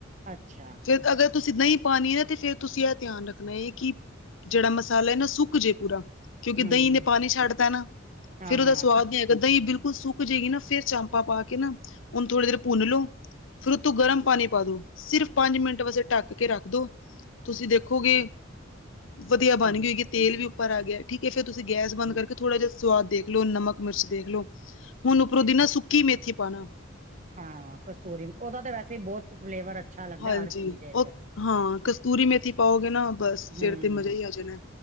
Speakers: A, on the right; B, on the left.
A: ਅੱਛਾ
B: ਫਿਰ ਅਗਰ ਤੁਸੀਂ ਦਹੀਂ ਪਾਣੀ ਨਾ ਤੇ ਫੇਰ ਤੁਸੀਂ ਇਹ ਧਿਆਨ ਰੱਖਣਾ ਹੈ, ਕਿ ਜਿਹੜਾ ਮਸਾਲਾ ਹੈ ਨਾ ਸੁੱਕ ਜੇ ਪੂਰਾ ਕਿਉਂਕਿ
A: ਹਮ
B: ਦਹੀਂ
A: ਹਮ
B: ਨੇ ਪਾਣੀ ਛੱਡਤਾ ਨਾ
A: ਹਾਂ
B: ਫੇਰ,
A: ਹਾਂ
B: ਉਹਦਾ ਸਵਾਦ ਨੀ ਹੈਗਾ ਦਹੀਂ ਬਿਲਕੁਲ ਸੁ ਜਾਏਗੀ ਨਾ ਫਿਰ ਚਾਂਪਾ, ਪਾ ਕੇ ਨਾ ਹੁਣ ਥੋੜੀ ਦੇਰ ਭੁੰਨ ਲੋੋ। ਫਿਰ ਉਤੋਂ ਗਰਮ ਪਾਣੀ ਪਾ ਦੋ, ਸਿਰਫ ਪੰਜ ਮਿੰਟ ਵੈਸੇ ਢੱਕ ਕੇ ਰੱਖ ਦੋ। ਤੁਸੀਂ ਦੇਖੋਗੇ ਵਧੀਆ ਗਈ
A: ਠੀਕ
B: ਹੋਈਗੀ,
A: ਹੈ
B: ਤੇਲ ਵੀ ਉੱਪਰ ਆ ਗਿਆ ਠੀਕ ਹੈ, ਫਿਰ ਤੁਸੀਂ ਗੈਸ ਬੰਦ
A: ਠੀਕ
B: ਕਰ ਥੋਡਾ ਜਿਹਾ ਸਵਾਦ ਦੇਖ ਲੋ, ਨਮਕ, ਮਿਰਚ ਦੇਖਲੋ। ਹੁਣ
A: ਅੱਛਾ
B: ਉੱਪਰੋਂ ਦੀ ਨਾ ਸੁੱਕੀ ਮੇਥੀ ਪਾ ਦੋ।
A: ਹਾਂ, ਕਸਤੂਰੀ ਉਹਦਾ ਤਾਂ ਵੈਸੇ ਹੀ ਬਹੁਤ ਫਲੇਵਰ ਅੱਛਾ ਲੱਗਦਾ
B: ਹਾਂਜੀ
A: ਹਰ ਚੀਜ਼ ਦੇ
B: ਉਹ
A: ਇਚ।
B: ਹਾਂ, ਕਸਤੂਰੀ ਮੇਥੀ ਪਾਓਗੇ ਨਾ। ਬਸ ਫੇਰ
A: ਹਮ
B: ਤੇ ਮਜ਼ਾ ਹੀ ਆ ਜਾਣਾ।